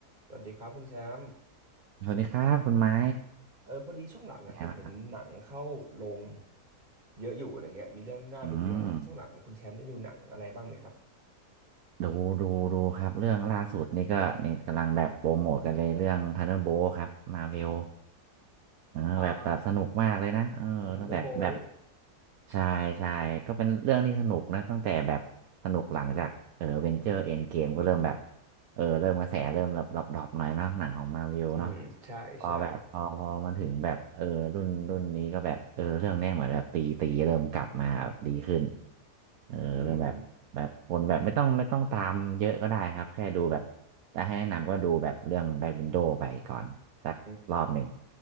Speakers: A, on the right; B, on the right.
A: สวัสดีครับคุณแชมป์
B: สวัสดีครับคุณไม้
A: เออพอดีช่วงหลังอ่ะผมเห็นหนังเข้าโรง
B: เป็นไงบ้างครับ
A: เยอะอยู่อะไรเงี้ยมีเรื่องน่าดูเยอะแบบช่วงหลังคุณแชมป์ได้ดูหนังอะไรบ้างไหมครับ
B: อืมดูดูดูครับเรื่องล่าสุดนี่ก็นี่กำลังแบบโปรโมทกันเลยเรื่องทันเดอร์โบครับมาเวลเออแบบแบบสนุกมากเลยนะเออตั้งแต่แบบ
A: อ่าทันทันเดอร์โบล
B: ใช่ใช่ก็เป็นเรื่องที่สนุกนะตั้งแต่แบบสนุกหลังจากเออเวนเจอร์เอ็นเกมก็เริ่มแบบเออเริ่มกระแสเริ่มดรอปดรอปหน่อยเนาะหนังของมาเวลเนาะ
A: อืมใช่ใช่
B: พอแบบพอพอมันถึงแบบเออรุ่นรุ่นนี้ก็แบบเออเรื่องเนี้ยเหมือนแบบตีตีเริ่มกลับมาแบบดีขึ้นเออเริ่มแบบแบบคนแบบไม่ต้องไม่ต้องตามเยอะก็ได้ครับแค่ดูแบบแต่ให้แนะนำก็ดูแบบเรื่องแบ็
A: อืม
B: k วินโด w ไปก่อนสักรอบหนึ่ง
A: อืม